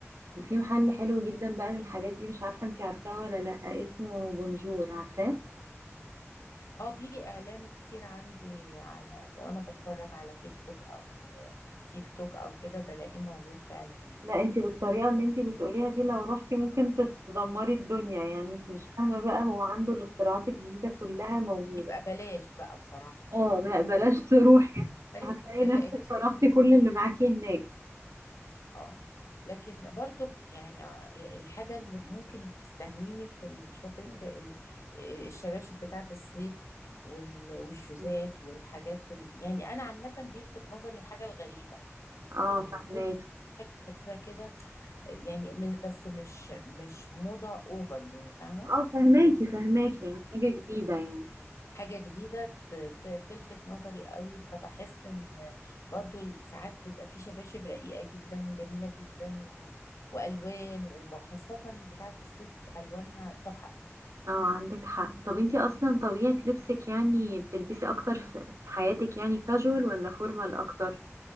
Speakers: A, on the right (about 80°); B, on the left (about 80°).
A: وفي محل حلو جدا بقى للحاجات دي مش عارفة انتي عارفاه ولا لأ اسمه بونجور عارفاه
B: اه بيجي اعلانه كتير عندي على سواء انا بتفرج على فيسبوك او تيك توك او كده بلاقيه موجود فعلا يعني
A: لا انتي بالطريقة اللي انتي بتقوليها دي لو روحتي ممكن تت- تدمري الدنيا يعني انتي مش فاهمة بقى هو عنده الاختراعات الجديدة كلها موجودة
B: يبقى بلاش بقى بصراحه
A: اه
B: يعني
A: لا بلاش تروحي
B: <laughs> يبقى
A: هتلاقي
B: بلاش
A: نفسك صرفتي كل اللي معاكي هناك
B: اه لكن برضو يعني ع- الحاجة اللي ممكن تستهويني في الشوبينج ال- آه، الشباشب بتاعة الصيف وال- والشوزات
A: مم.
B: والحاجات ال... يعني أنا عامة بيلفت نظري الحاجة الغريبة
A: اه
B: يعني
A: فهماكي
B: كل ما كده يعني م- بس مش مش موضة أوفر يعني فاهمة
A: اه فهماكي فهماكي يعني حاجة جديدة يعني
B: حاجة جديدة ت- ت- تلفت نظري قوي فبحس ان برضو ساعات بيبقى في شباشب رقيقة جدا وجميلة جدا و... والوان وخاصة بتاعة الصيف الوانها تحف يعني
A: اه عندك حق طب انتي اصلا طبيعة لبسك يعني بتلبسي اكتر في في حياتك يعني كاجوال ولا فورمال اكتر